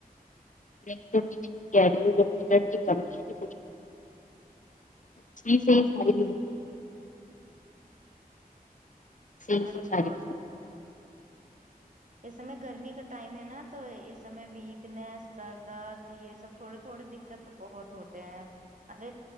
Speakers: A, on the left (about 55°); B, on the right (about 55°).
A: <unintelligible> کی کمی ہے جی صحی ساری بھی
B: <inaudible>
A: صحیح
B: ارے
A: صحیح ساری
B: بہت
A: بیماری <inaudible>
B: اس سمے گرمی کا ٹائم ہے نا تو اس سمے ویکنیس سر درد یہ سب تھوڑے تھوڑے دکھ تو بہت ہوتے ہیں ارے